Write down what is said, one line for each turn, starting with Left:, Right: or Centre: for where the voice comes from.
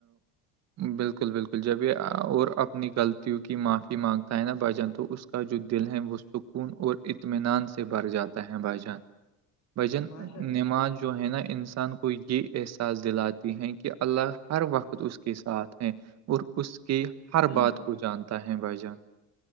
Right: بالکل بالکل جب یہ اور اپنی غلطیوں کی معافی مانگتا ہے نا بھائی جان تو اس کا جو دل ہے وہ سکون اور اطمینان سے بر جاتا ہے بھائی جان بجن
Left: ماشاء اللہ
Right: نمااز
Left: بھائی
Right: ب جو ہے نا انسان کو یہ احساس دلاتی ہیں کہ اللہ ہر وقت اس کے ساتھ ہیں اور اس کے ہر
Left: جان
Right: بات کو جانتا ہے بھائی جان